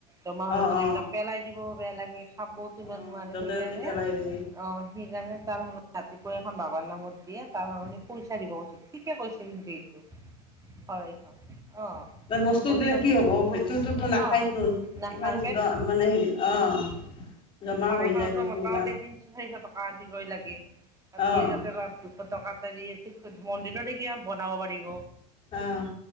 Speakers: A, on the right; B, on the left.
A: জমা হৈ
B: অ',
A: গ'লে
B: অ',
A: এইবিলাক পেলাই দিব বেয়া লাগে খাবওতো ইমান
B: অ',
A: নোৱাৰে
B: য'তে
A: সেইকাৰণে
B: ত'তে পেলাই দিয়ে
A: অ' সেইকাৰণে তাৰণে ৰাতিপুৱা এখন বাবাৰ নামত দিয়ে তাৰ কাৰণে পইচা দিব কৈছো ঠিকে কৈছে কিন্তু হয়, হয়, অ',
B: ত' বস্তু
A: পইচা
B: দিলে কি হ'ব সটোতো নাখায়তো
A: অ', নাখাই
B: ইমান দ মানে হেৰি অ জমা
A: চৰাইখনতো
B: হৈ যায় বস্তুবিলাক
A: মোটামুটি তিনশ চাৰিশ টকা আ, দিবই লাগে তাতকৈ
B: অ',
A: যাতে ৰদ দু টকা এটা দি মন্দিৰতে কিবা বনাব পাৰিব।
B: আহ,